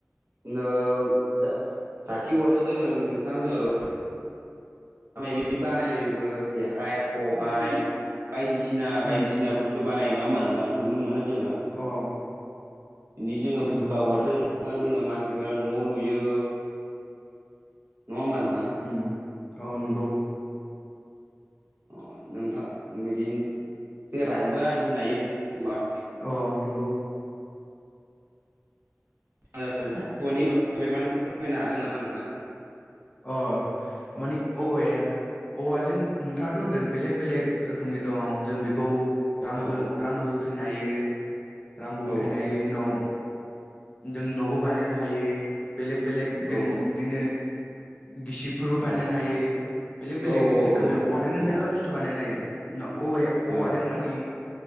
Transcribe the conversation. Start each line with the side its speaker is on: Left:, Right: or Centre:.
Right: ओ जा जाथि औवादो जोङो नोंथां जोङो बि बानायोबो जेखाइ खबायाइ बायदिसिना बायदिसिना
Left: उम
Right: बुस थ' बानाय नङा होमबा नोंथां नुनो मोनो जोङो
Left: अ
Right: बिदि जोङो
Left: नंगौ
Right: फुरखा औवा थां जोङो मानसिफोरा न' लुयो नङा होमबा नोंथां।
Left: ओम औ नंगौ।
Right: अ नोंथां बिदिनो रांबो आरजिनो हायो।
Left: अ नंगौ।
Right: <unintelligible> फोरमायनो हागोन नामा नोंथां?
Left: अ मानि औेवाया औवाजों नोंथाङाथ' होनदों बेलेग बेलेग रोखोमनि दं जों बेखौ रांबो
Right: औ
Left: रांबो उथायनो हायो रांबो
Right: औ
Left: उथायनाय उनाव जों न'बो बानायनो हायो बेलेक बेलेक जों
Right: औ
Left: बिदिनो गिसिबफोरबो बानायनो
Right: औ
Left: हायो बेलेग बेलेग
Right: औ
Left: रोखोमजों
Right: औ
Left: औवाजोंनो
Right: औ
Left: मेरला बुस्थु बानायनो हायो।
Right: औ
Left: ना औवा
Right: औ
Left: औवादों मानि